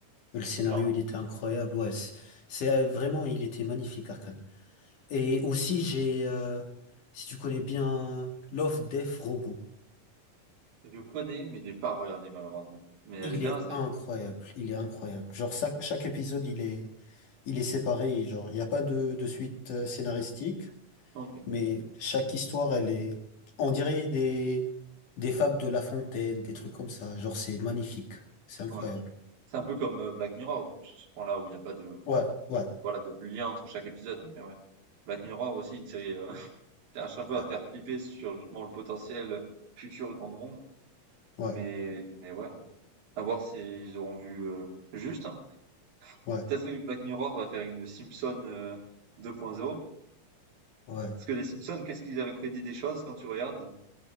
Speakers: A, on the left; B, on the right.
A: Le scénario,
B: littéralement.
A: il était incroyable. Ouais, c'est c'est, euh, vraiment, il était magnifique, Arcane. Et aussi, j'ai, euh, si tu connais bien Love, Death, Robot,
B: Je connais, mais je l'ai pas regardé malheureusement. Mais elle
A: il
B: est bien
A: est
B: la série?
A: incroyable, il est incroyable. Genre, chaque, chaque épisode, il est, il est séparé, genre, il n'y a pas de, de suite euh, scénaristique,
B: OK,
A: mais chaque histoire, elle est, on dirait des, des fables de La Fontaine, des trucs comme ça. Genre, c'est magnifique, c'est incroyable.
B: ouais. C'est un peu comme, heu, Black Mirror du coup sur ce point-là où il y a pas de
A: Ouais, ouais,
B: voilà, de lien entre chaque épisode. Mais ouais. Black Mirror aussi, une série euh, <laughs> qui cherche un peu
A: ouais,
B: à faire flipper sur justement le potentiel futur dans le monde.
A: ouais,
B: Mais, mais ouais, à voir s'ils auront vu euh, juste. hein.
A: ouais,
B: Peut-être que Black Mirror va faire une Simpson euh, 2.0.
A: ouais,
B: Parce que les Simpsons, qu'est-ce qu'ils avaient prédit des choses quand tu regardes?